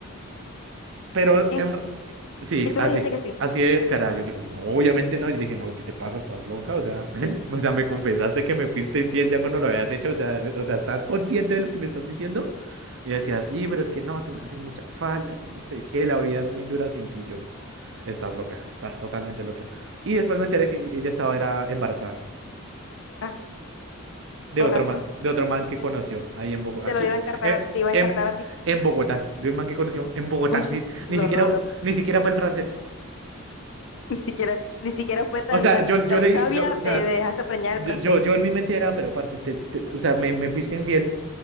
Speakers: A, on the right; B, on the left.
A: Pero
B: ¿Qué?
A: en, Sí,
B: Y tú
A: así,
B: le dijiste que sí.
A: así de descarada. Yo le digo, no, obviamente no. Yo le dije, no, ¿qué te pasa? ¿Estás loca? O sea, <laughs> o sea, me confesaste que me fuiste infiel ya cuando lo habías hecho. O sea, eh, o sea, ¿estás consciente de lo que me estás diciendo? Y decía, sí, pero es que no, tú me haces mucha falta, que no sé qué, la vida es muy dura sin ti. Yo, estás loca, estás totalmente loca. Y después me enteré que ella estaba era embarazada
B: Ah,
A: de
B: con
A: otro
B: razón.
A: man, de otro man que conoció ahí en Bogotá,
B: Te
A: aquí,
B: lo iba
A: eh,
B: a encartar
A: eh,
B: a, te iba a
A: en,
B: encartar a ti.
A: en Bogotá, de un man que conoció en Bogotá.
B: Uy,
A: Ni, ni
B: los
A: siquiera,
B: rolos.
A: ni siquiera fue el francés.
B: <laughs> Ni siquiera, ni siquiera fue tan,
A: O sea,
B: tan,
A: yo, yo
B: tan
A: le,
B: sabia
A: yo, o sea,
B: de, de dejarse preñar
A: yo,
B: el francés.
A: yo, yo en mi mente era, pero parce, te- te- te- o sea, me, me fuiste infiel